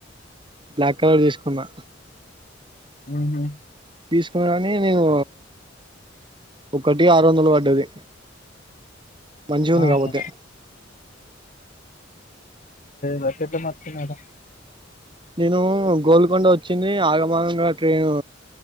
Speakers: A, on the right; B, on the left.
A: బ్లాక్ కలర్ తీసుకు కున్నా
B: హుహు
A: తీసుకొని నేను ఒకటి ఆక్ తొందులు పడ్డది మంచిగా ఉంది
B: ఆహా
A: కాపోతే
B: గట్టెట్ట మర్చిపోయినవ్ రా
A: నేను గోల్కొండ వచ్చింది ఆగమాగంగా ట్రైను